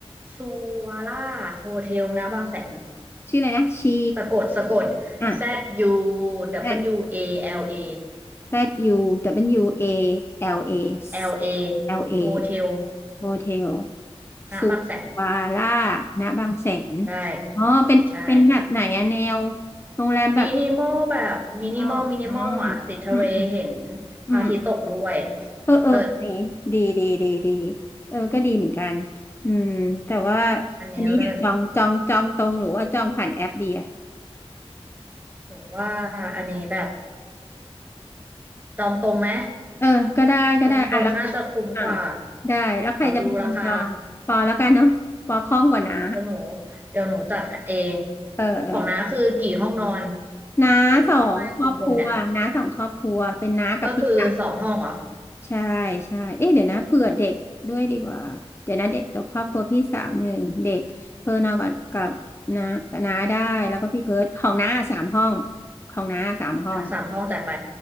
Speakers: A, on the right; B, on the left.
A: ซูวาร่าโฮเทลนะบางแสน
B: ชื่ออะไรนะชี
A: สะกดสะกด
B: อ่ะ
A: Z U W
B: แอด
A: A L A
B: Z U W A L A
A: L A
B: L A
A: โฮเทล
B: Hotel สุ
A: นะบางแสน
B: วาร่าณบางแสน
A: ใช่
B: อ๋อ เป็นเป็นแบบไหนอะแนว
A: ใช่
B: โรงแรมแบบ
A: มินิมอลแบบมินิมอลมินิมอลอ่ะติดทะเลเห็น
B: นี้เนาะอ๋ออืมอืม
A: พระอาทิตย์ตกด้วย
B: อืมเออเออดีดีดีดีดี
A: เลิศ
B: เออก็ดีเหมือนกัน อืม แต่ว่า
A: อันนี้เลิศ
B: อันนี้เดี๋ยวจองจองจองตรงหรือว่าจองผ่านแอปดีอะ
A: หนูว่าอันนี้แบบจองตรงไหม
B: เออก็ได้ก็ได้อ่ะแล้ว
A: จองตรงน่าจะคุ้มกว่า
B: อ่ะได้แล้วใครจะเป็นคนจองปอแล้วกันเนาะปอคล่องกว่าน้า
A: เดี๋ยวดูราคาเดี๋ยวหนูเดี๋ยวหนูจัดเอง
B: เออเออ
A: ของน้าคือกี่ห้องนอน
B: น้าสองครอบครัวน้าสองครอบครัวเป็นน้ากับพี่กัว
A: ไม่กี่คนเนี่ยก็คือสองห้องเหรอ
B: ใช่ใช่เอ๊ะเดี๋ยวนะเผื่อเด็กด้วยดีกว่าเดี๋ยวนะเด็กตัวครอบครัวพี่สาวหนึ่งเด็กเพิ่นเอากับกับน้าน้าได้ แล้วก็พี่เพิร์ทของน้าสามห้องของน้าสามห้อง
A: ขอน้าสามห้องจัดไป